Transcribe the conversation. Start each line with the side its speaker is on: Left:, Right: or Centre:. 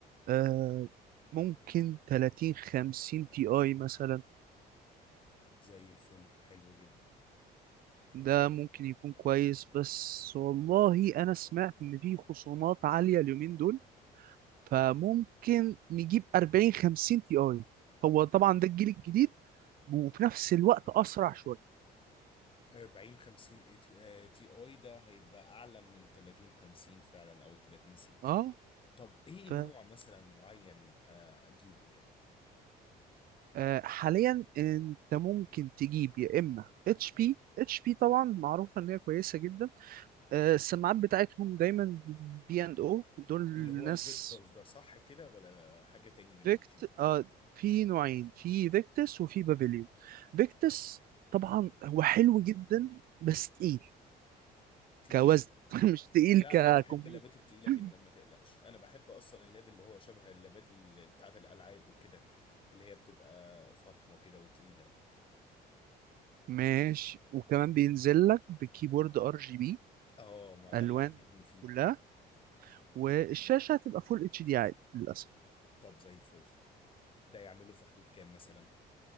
Right: آه، ممكن 30 50 تي اي مثلا
Left: زي الفل حلو جدا
Right: ده ممكن يكون كويس بس والله انا سمعت ان في خصومات عالية اليومين دول فممكن نجيب 40 50 تي اي هو طبعا ده الجيل الجديد وفي نفس الوقت اسرع شويه
Left: 40 50 اي تي آه، تي اي ده هيبقى أعلى من ال 30 50 فعلا أو ال 30 60
Right: اه
Left: طب إيه
Right: ف
Left: نوع مثلا معين آه، أجيبه يعني
Right: آه، حاليا انت ممكن تجيب يا اما اتش بي اتش بي طبعا معروفه ان هي كويسه جدا آه، السماعات بتاعتهم دايما بي اند او دول
Left: اللي هو
Right: ناس
Left: الفيكتورز ده صح كده ولا حاجة تاني من
Right: فيكت
Left: ال جي بي
Right: آه، في نوعين في فيكتس وفي بافيليون فيكتس طبعا هو حلو جدا بس تقيل
Left: تقيل
Right: كوزن <laughs> مش تقيل
Left: لا
Right: ككمبيوتر
Left: انا بحب اللابات التقيله
Right: <laughs>
Left: جدا ما تقلقش انا بحب اصلا الليفل اللي هو شبه اللابات ال- بتاعه الالعاب وكده اللي هي بتبقى فخمه كده وتقيله
Right: ماشي وكمان بينزل لك بكيبورد ار جي بي
Left: اه ما ده
Right: الوان
Left: اللي عاجبني فيه
Right: كلها والشاشه هتبقى فول اتش دي عادي للاسف
Left: طب زي الفل ده يعمله في حدود كام مثلا